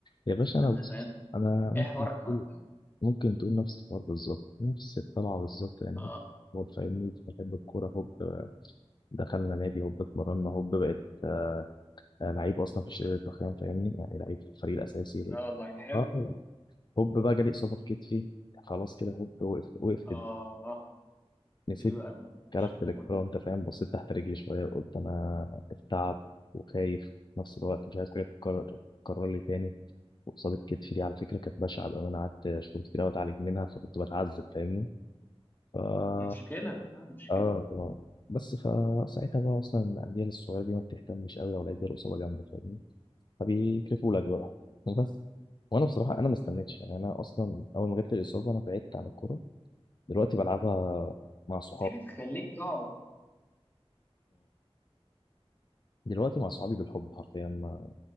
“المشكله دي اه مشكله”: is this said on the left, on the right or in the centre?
Left